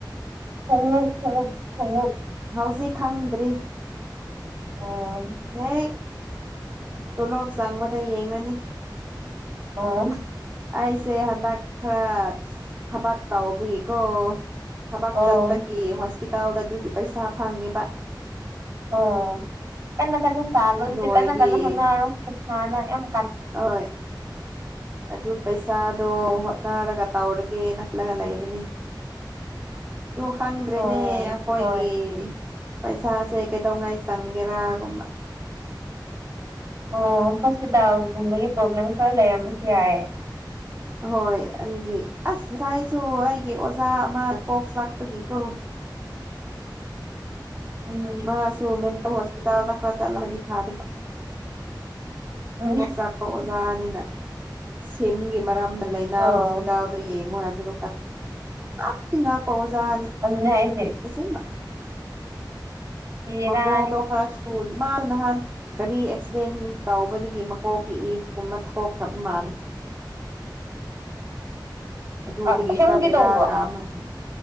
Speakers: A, on the right; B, on the right.
A: ꯈꯣꯡꯉꯨꯛ ꯈ‌ꯣꯡꯉꯨꯛ ꯈꯣꯡꯉꯨꯛ꯫
B: ꯍꯧꯖꯤꯛ ꯈꯪꯗ꯭ꯔꯤ꯫
A: ꯑꯣ꯫
B: ꯍꯦꯛ ꯇꯣꯂꯣꯞ ꯆꯪꯕꯗ ꯌꯦꯡꯉꯅꯤ꯫
A: ꯑꯣ꯫
B: ꯑꯩꯁꯦ ꯍꯟꯗꯛ ꯈꯔ ꯊꯕꯛ ꯇꯧꯕꯒꯤꯀꯣ꯫ ꯊꯕꯛ
A: ꯑꯣ
B: ꯆꯠꯄꯒꯤ ꯍꯣꯁꯄꯤꯇꯥꯜꯗ ꯑꯗꯨꯒꯤ ꯄꯩꯁꯥ ꯐꯪꯉꯦꯕ꯫
A: ꯑꯣ ꯀꯟꯅ ꯀꯟꯅ ꯇꯥꯜꯂ‌ꯣ ꯑꯗꯨꯗꯤ
B: ꯑꯗꯨ ꯑꯣꯏꯕꯤ
A: ꯀꯟꯅ ꯀꯟꯅ ꯍꯣꯠꯅꯔꯣ ꯄꯩꯁꯥꯅ ꯌꯝ
B: ꯍꯣꯏ ꯑꯗꯨ ꯄꯩꯁꯥꯗꯣ ꯍꯣꯠꯅꯔꯒ ꯇꯧꯔ꯫ ꯒ‌ꯦ ꯈꯜꯂꯒ ꯂꯩꯕꯅꯤ꯫ ꯑꯗꯨ ꯈꯪꯗ꯭ꯔꯦꯅꯦ
A: ꯑꯣ
B: ꯑꯩꯈꯣꯏꯒꯤ꯫
A: ꯍꯣꯏ
B: ꯄꯩꯁꯥꯁꯦ ꯀꯩꯗꯧꯉꯥꯏ ꯆꯪꯒꯦꯔꯥꯒꯨꯝꯕ꯫
A: ꯑꯣ ꯍꯣꯁꯄꯤꯇꯥꯜꯒꯨꯝꯕꯒꯤ ꯄ꯭ꯔꯣꯕ꯭ꯂꯦꯝ ꯈꯔ ꯂꯩꯔꯝꯕꯁꯨ ꯌꯥꯏ
B: ꯍꯣꯏ ꯑꯗꯨꯒꯤ ꯑꯁ ꯉꯁꯥꯏꯁꯨ ꯑꯩꯒꯤ ꯑꯣꯖꯥ ꯑꯃ ꯀꯣꯛ ꯆꯥꯛꯄꯒꯤꯀꯣ꯫
A: ꯎꯝ꯫
B: ꯃꯥꯁꯨ ꯃꯦꯟꯇꯜ ꯍꯣꯁꯄꯤꯇꯥꯜꯗ ꯈꯔ ꯆꯠꯂꯝꯃꯗꯤ ꯐꯥꯗꯕ꯫
A: ꯎꯝ
B: ꯀꯣꯛ ꯆꯥꯛꯄ ꯑꯣꯖꯥꯅꯤꯅ ꯁꯤꯝꯒꯤ ꯃꯔꯝꯅ ꯂꯥꯏꯅꯥ
A: ꯑꯣ
B: ꯍꯣꯁꯄꯤꯇꯥꯜ꯫ ꯌꯦꯡꯉꯣ ꯍꯥꯏꯕꯗꯨ <inaudible> ꯉꯥꯛꯇꯤ ꯉꯥꯛꯄ ꯑꯣꯖꯥꯅꯤ꯫
A: ꯑꯗꯨꯅꯦ ꯍꯥꯏꯁꯦ꯫
B: <unintelligible>
A: ꯕꯦꯔꯥꯅꯤ
B: ꯃꯀꯣꯛꯇꯣ ꯈꯔꯁꯨ ꯃꯥ ꯅꯍꯥꯟ꯫ ꯒꯥꯔꯤ ꯑꯦꯛꯁꯤꯗꯦꯟ ꯇꯧꯕꯗꯒꯤ ꯃꯀꯣꯛꯀꯤ ꯏ ꯀꯨꯝꯕ ꯊꯧꯈ꯭ꯔꯕ ꯃꯥꯜꯂꯤ꯫ ꯑꯗꯨꯗꯒꯤ
A: ꯑ ꯑꯁꯦꯡꯃꯛꯒꯤ
B: ꯈꯔ ꯕꯦꯔꯥ
A: ꯇꯧꯕ꯭ꯔꯣ꯫
B: ꯀꯥꯕ ꯃꯥꯜꯂꯦ